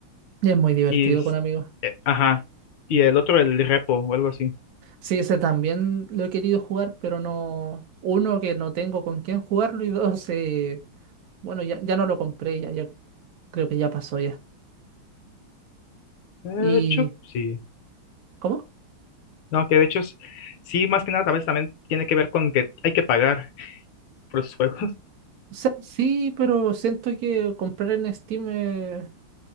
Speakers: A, on the right; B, on the left.
A: Y es muy divertido
B: Y, s-
A: con amigos.
B: eh, ajá, y el otro, el repo o algo así.
A: Sí, ese también lo he querido jugar, pero no. Uno, que no tengo con quién jugarlo, y dos, eh, bueno, ya, ya no lo compré, ya, ya creo que ya pasó ya.
B: Eh, de
A: ¿Y
B: hecho, sí.
A: cómo?
B: No, que de hecho, s- sí, más que nada, tal vez también tiene que ver con que hay que pagar por los juegos. <laughs>
A: O sea, sí, pero siento que comprar en Steam eh,